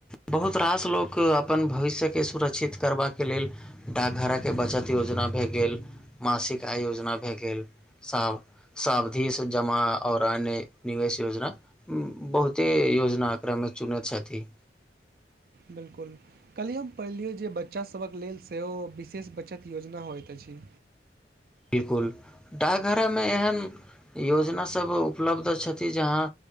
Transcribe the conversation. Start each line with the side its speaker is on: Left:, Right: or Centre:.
Centre: बहुत रास लोक अपन भविष्यके सुरक्षित करबाके लेल डाकघड़ाके बचत योजना भए गेल मासिक आय योजना भए गेल सभ सावधि सँ जमा आर अन्य निवेश योजना उ बहुते योजना एककरामे चुनैत छथिन
Right: बिलकुल कल्हिए हम पढ़िलियौ जे बच्चासभक लेल सेहो विशेष बचत योजना होइत अछि
Centre: बिलकुल डाकघरामे एहन योजना सभ उपलब्ध छथि जहाँ